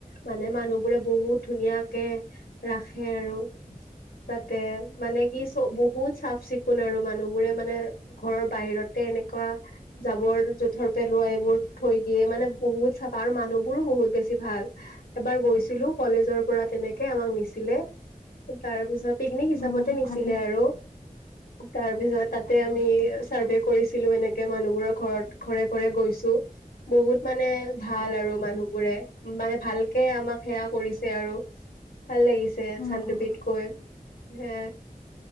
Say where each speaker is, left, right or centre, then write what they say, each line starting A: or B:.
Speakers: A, on the left; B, on the left.
A: মানে মানুহবোৰে বহুত ধুনীয়াকে ৰাখে। হে আৰু তাতে। মানে কি চ বহুত চাফ চিকুণ আৰু মানুহ বোৰে মানে ঘৰৰ বাহিৰতে এনেকুৱা। জাবৰ জোথৰ পেলোৱা এইবোৰ থৈ দিয়ে মানে বহুত চাফা আৰু মানুহবোৰো বহুত বেছি ভাল। এবাৰ গৈছিলো কলেজৰ পৰা তেনেকে আমাক নিছিলে তাৰ পিছত পিকনিক হিচাপত।
B: অ',
A: ছিলে
B: ভালে
A: আৰু। তাৰ পিছত তাতে আমি চাৰ্ভে কৰিছিলো এনেকে মানুহবোৰৰ ঘৰত ঘৰে ঘৰে গৈছো। বহুত মানে ভাল আৰু মানুহবোৰে মানে ভালকে আমাক সেৱয়া কৰিছে আৰু। ভাল লাগিছে
B: উম,
A: চানডুবিত গৈ হে।